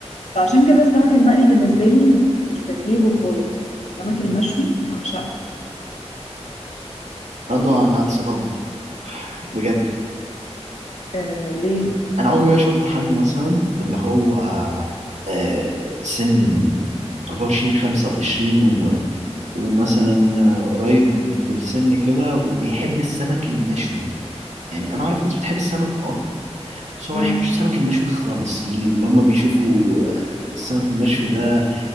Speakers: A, on the left (about 85°); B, on the right (about 90°).
A: فعشان كده السمك المقلي بالنسبة لي م- مش بكرهه خالص لكن السمك المشوي بعشقه
B: رضوى انا اتصدمت بجد
A: آه ليه؟
B: انا عمري ما شفت حد مثلا في اللي هو آه سن 24 25 و... ومثلا آه، قريب في السن كده وبيحب السمك المشوي يعني انا اعرف ناس بتحب السمك اه بس هو
A: مم.
B: ما يحبش السمك المشوي خالص ليه اللي هم بيشوفوا آه، السمك المشوي ده